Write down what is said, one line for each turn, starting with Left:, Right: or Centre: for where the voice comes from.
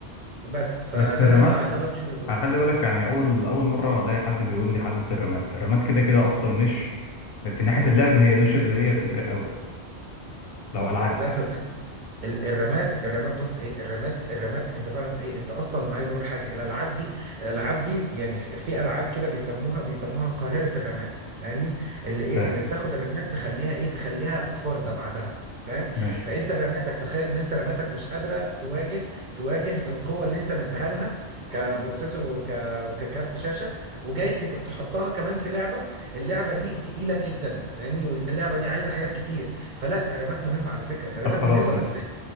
Right: بس فده
Left: بس الرمات
Right: اللي انا ده اللي انا عايز اقوله
Left: هخلي
Right: ده
Left: بالك يعني أول أول مرة ألاقي حد بيقول لي حدث الرمات الرمات كده كده أصلا مش في ناحية اللعب هي مش اللي هي بتفرق أوي لو ألعاب
Right: لا صدق ال- الرماد الرماد بص ايه الرماد الرماد انت بتاعت ايه انت اصلا انا عايز اقول لك حاجه الالعاب دي الالعاب دي يعني في, في العاب كده بيسموها بيسموها قاهره الرماد فاهمني اللي ايه
Left: فاهم
Right: اللي بتاخد الرماد تخليها ايه تخليها خرده بعدها فاهم
Left: ماشي
Right: فانت رماتك تخيل ان انت رماتك مش قادره تواجه تواجه القوه اللي انت مديها لها كبروسيسور وك وككارت شاشه وجاي تك- تحطها كمان في لعبه اللعبه دي تقيله جدا فاهمني واللعبه دي عايزه حاجات كتير فلا الرمات مهمه على فكره الرمات
Left: طب خلاص
Right: مهمه بس
Left: م...